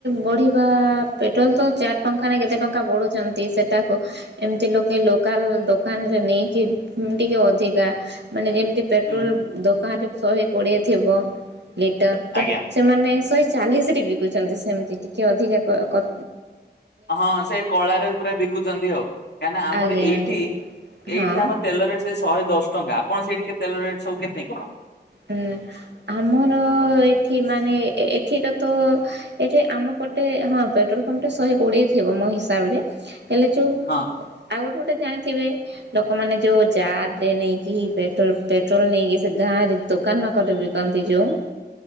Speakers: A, on the right; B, on the left.
A: ବଢିବାଆ ପେଟ୍ରୋଲ ତ ଚାରି ଟଙ୍କା ନା କେତେ ଟଙ୍କା ବଢୁଛନ୍ତି ସେଟାକୁ ଏମତି ଲୋକେ ଲୋକାଲ ଦୋକାନରେ ନେଇକି ଟିକେ ଅଧିକା ମାନେ ଯେମତି ପେଟ୍ରୋଲ
B: ହୁଁ
A: ଦୋକାନରେ ଶହେ କୋଡ଼ିଏ ଥିବ। ଲିଟର ତ
B: ଆଜ୍ଞା।
A: ସେମାନେ ଶଏ ଚାଲିଶରେ ବିକୁଚନ୍ତି ସେମତି ଟିକେ ଅଧିକା କ କ
B: ହଁ ସେ କଳାରେ ପୁରା ବିକୁଛନ୍ତି ଆଉ କାହିଁକିନା ଆମର
A: ଆଜ୍ଞା
B: ଏଇଠି
A: ଆଜ୍ଞା ହଁ
B: ଏଇଠି ଆମ ତେଲରେ ସେଇ ଶହେ ଦଶ ଟଙ୍କା। କଣ ସେଇଠି <unintelligible> ତେଲ ରେଟ ସବୁ କେତେଁ କଣ?
A: ହୁଁ ଆମର ଏଠି ମାନେ ଏଠିକା ତ ଏଠି ଆମ ପଟେ ହଁ ପେଟ୍ରୋଲ ପମ୍ପ ଟା ଶହେ କୋଡିଏ ଥିବ ମୋ ହିସାବରେ ହେଲେ ଯୋଉ
B: ହଁ
A: ଆଉ ଗୋଟେ ଗୋଟେ ଜାଣିଥିବେ ଲୋକମାନେ ଯୋଉ ଜାର ରେ ନେଇକି ପେଟ୍ରୋଲ ପେଟ୍ରୋଲ ନେଇକି ସେ ଗାଁ ରେ ଦୋକାନ ମାନଙ୍କରେ ବିକନ୍ତି ଯୋଉ